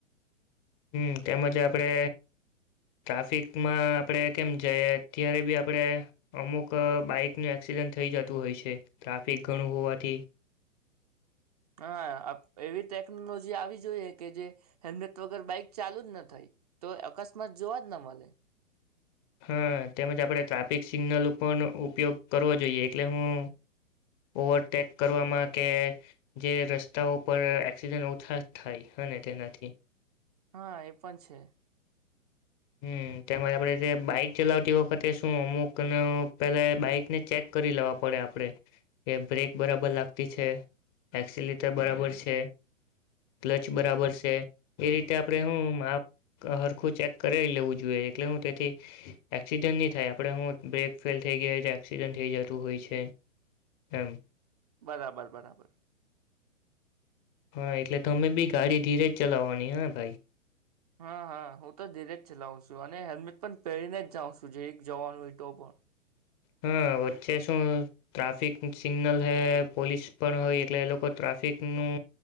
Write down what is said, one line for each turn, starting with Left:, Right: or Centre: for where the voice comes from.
Left: હમ તેમજ આપડે ટ્રાફિકમાં આપણે કેમ જયે ત્યારે બી આપડે અમુક બાઈકનું એક્સિડન્ટ થઈ જતું હોય છે, ટ્રાફિક ઘણું હોવાથી.
Right: હા, અ એવી ટેકનોલોજી આવી જોઈએ કે જે હેલ્મેટ વગર બાઈક ચાલુ જ ન થાય, તો અકસ્માત જોવા જ ન મલે.
Left: હા તેમજ આપણે ટ્રાફિક સિગ્નલ ઉપનો ઉપયોગ કરવો જોઈએ એટલે હું ઓવરટેક કરવામાં કે જે રસ્તાઓ પર એક્સિજન ઓછા થાય હને તેનાથી.
Right: હા, એ પણ છે.
Left: હમ તેમાં આપણે જે બાઈક ચલાવતી વખતે શું અમુકને પેલા બાઈકને ચેક કરી લેવા પડે આપડે, કે બ્રેક બરાબર લાગતી છે, એક્સલેટર બરાબર છે, ક્લચ બરાબર છે, એ રીતે આપણે હું માપ હરખું ચેક કરી લેવું જોઈએ એટલે હું તેથી એક્સિડન્ટ ની થાય આપડે હું બ્રેક ફેલ થેઈ ગેઈ હોય તો એક્સિડન થેઈ જતું હોય છે એમ.
Right: બરાબર, બરાબર.
Left: હા એટલે તમે બી ગાડી ધીરે જ ચલાવવાની, હાં ભાઈ.
Right: હાં, હાં, હું તો ધીરે જ ચલાવ શુ અને હેલ્મેટ પણ પહેરીને જ જાઉં સુ જેઈક જવાનું હોય તો પણ.
Left: હા વચ્ચે શું ટ્રાફિક સિગ્નલ હે પોલીસ પણ હોય એટલે એ લોકો ટ્રાફિકનું